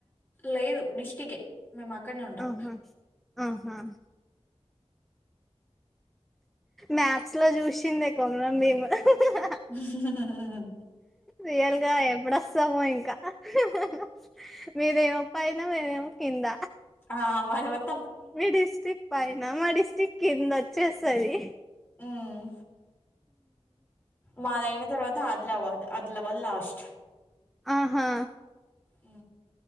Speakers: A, on the left (about 20°); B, in the centre.
A: లేదు డిస్టిక్ ఎ మేము అక్కడనే ఉంటాం
B: ఆహా ఆహా మ్యాప్ లో చూసిందే కొమురంభీమ్ ఉహూ హు
A: ఉమ్ హు హూ
B: రియల్ గా ఎప్పుడోస్తామో ఇంకా ఉహూ హు మీదేమో పైన మేము ఏమో కింద
A: ఆ మది మోత్
B: మీ డిస్టిక్ పైన మా డిస్టిక్ కింద వచ్చేస్తది
A: ఉమ్ మా దేమ్ యిన తర్వాత ఆదిలాబాద్ ఆదిలాబాద్ లాస్ట్
B: ఆహా
A: ఆ